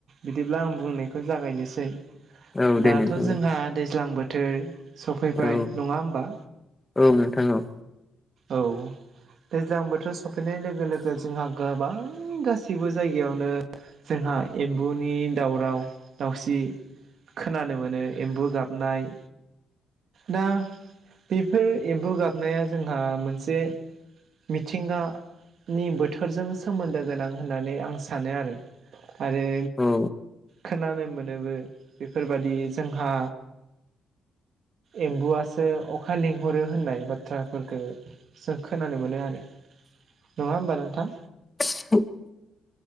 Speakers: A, on the right (about 60°); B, on the left (about 15°).
A: बिदिब्ला आं बुंनायखौ जागायनोसै
B: औ दे
A: दाथ'
B: नोंथां दे
A: जोंहा दैज्लां बोथोर सफैबाय
B: औ
A: नङा होमबा
B: औ नोंथाङ औ
A: औ दैज्लां बोथोर सफैनाय लोगो लोगो जोंहा गोबां गाससि गासैबो जायगायावनो जोंहा एम्बुनि दावराव दाावसि खोनानो मोनो एम्बु गाबनाय दा बेफोर एम्बौ गाबनाया जोंहा मोनसे मिथिंगानि बोथोरजों सोमोन्दो गोनां होननानै आं सानो आरो आरो
B: औ
A: खोनानो मोनोबो बेफोर बायदि जोंहा एम्बुआसो अखा लिंहरो होननाय बाथ्राफोरखौ जों खोनानो मोनो आरो नङा होमबा नोंथां
B: <unintelligible>